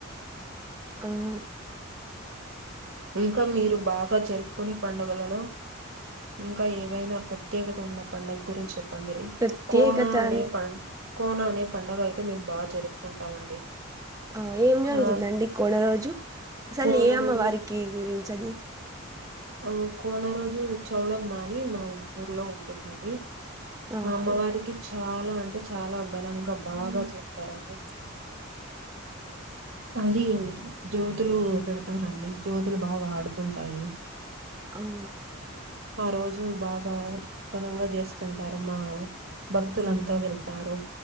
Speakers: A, on the right; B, on the right.
A: అవును
B: ఇంకా మీరు బాగా జర్పుకునే పండగలలో ఇంకా ఏవైనా ప్రత్యేకత ఉన్నపడగూరుంచెప్ ప్పండి
A: ప్రత్యేకత
B: కోన అనే
A: అం
B: పం కోన అనే పండుగ అయితే మేము బా జరుపుకుంటామండి
A: ఆ ఏం జరుగుతుందండి
B: ఆ
A: కొన రోజు అసాల్
B: కోన
A: ఏ అమ్మ
B: రోజు
A: వారికి గురించి అది
B: ఆ కోన రోజు చౌడమ్మాని మా ఊర్లో ఉంటుందండి
A: ఆహా
B: మమ్మవారికి చాలా అంటే చాలా ఘనంగా బాగా చేస్తారండీ అది జ్యోతులు పెడతారండి జ్యోతులు బాగా ఆడుతుంటాయి
A: అంక్
B: ఆ రోజు బాగా గానంగా చేస్తుంటారుమ్మా భక్తులంతా వెళ్తారు